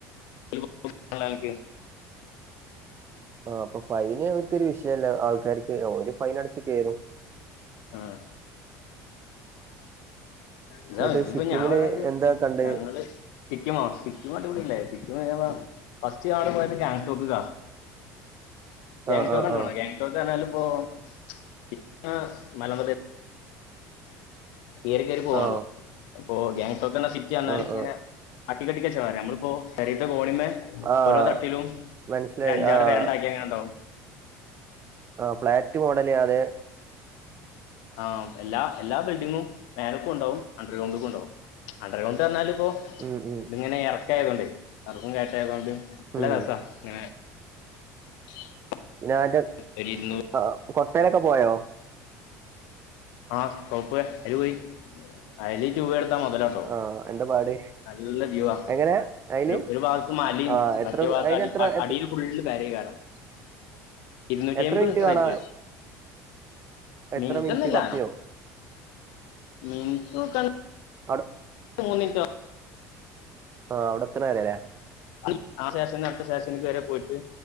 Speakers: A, on the left; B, on the right.
A: <unintelligible>
B: ആഹ് അപ്പൊ ഫൈന് ഓർക്കൊരു വിഷയല്ല ആൾക്കാർക്ക് ഓര് ഫൈൻ അടച്ച് കേറും
A: ആഹ് ഇതാ
B: എന്നിട്ട്
A: ഇതിപ്പോ
B: സിക്കിമില്
A: ഞാൻ പറഞ്ഞത്
B: എന്താ കണ്ടേ
A: ഞങ്ങള് സിക്കിമോ സിക്കിം അടിപൊളിയല്ലേ സിക്കിം <unintelligible> ഫസ്റ്റ് ആടെ പോയപ്പൊ ഗാങ്ടോക്ക് <unintelligible> ഉ <inaudible> ഗ്യാങ്ടോക്ക്
B: ആഹ് ആഹ്
A: കണ്ട്ക്കണോ
B: ആഹ്
A: ഗ്യാങ്ടോക്ക് എന്നാല് ഇപ്പോ <unintelligible> ഉയരെ കേറി പോവാണല്ലോ
B: ആഹ്
A: അപ്പോ ഗ്യാങ്‌ടോക്ക് എന്ന സിറ്റ് വന്നാല്
B: ആഹ്
A: ഇങ്ങനെ
B: ആഹ്
A: അട്ടിക്കട്ടിക്കാ <unintelligible> അമ്മളിപ്പോ പെരേത്ത കോണിമ്മേ
B: ആഹ്
A: ഓരോ തട്ടിലും
B: മനസ്സിലായി
A: ഒരു അഞ്ചാറ്
B: ആഹ്
A: പേരെണ്ടാക്കിയാ എങ്ങനെയുണ്ടാവും
B: ആഹ് ഫ്ളാറ്റ് മോഡല് അത്
A: ആഹ് എല്ലാ എല്ലാ ബിൽഡിങ്ങും മേലക്ക് കൊണ്ടോവും അണ്ടർ ഗ്രൗണ്ടിൽ കൊണ്ടോവും അണ്ടർ ഗ്രൗണ്ട് പറഞ്ഞാല് ഇപ്പോ
B: ഉം ഉം
A: ഇങ്ങനെ എറക്കായത് കൊണ്ട് എറക്കോം കേറ്റായതൊണ്ട് നല്ല
B: ഉം
A: രസാ ഇങ്ങനെ <inaudible>
B: ഞാന്
A: ഒരു ഇരുന്നൂറ്
B: ആഹ് കൊട്ടയിലൊക്കെ പോയോ
A: ആഹ് <unintelligible> അയില് പോയി അയില് രൂപ എടുത്താ മൊതലാ
B: ആഹ് എന്താ പാട്
A: നല്ല വ്യൂവാ
B: എങ്ങനെ അയില്
A: ഒരു ഒരു ഭാഗത്ത് മലേം
B: ആഹ് എത്ര
A: മറ്റേ ഭാഗത്ത്
B: അയിലെത്ര
A: അടി അ അ
B: എത്ര
A: അടിയിൽ ഫുള്ള് <unintelligible> കാണാം ഇരുന്നൂറ്റി
B: എത്ര എത്ര
A: അയ്മ്പത്
B: മിനിറ്റ് കാണാ
A: റേറ്റ്
B: എത്ര
A: മിനിറ്റ് ഒന്നുംല്ല
B: പത്തോ
A: ഉം <unintelligible>
B: അവിടെ
A: തോന്നീട്ടാ
B: ആഹ് അവിടെത്തണ വരെല്ലേ
A: <unintelligible> ശേഷം പിന്നെ അടുത്ത സ്റ്റേഷനിക്ക് വരെ പോയിട്ട്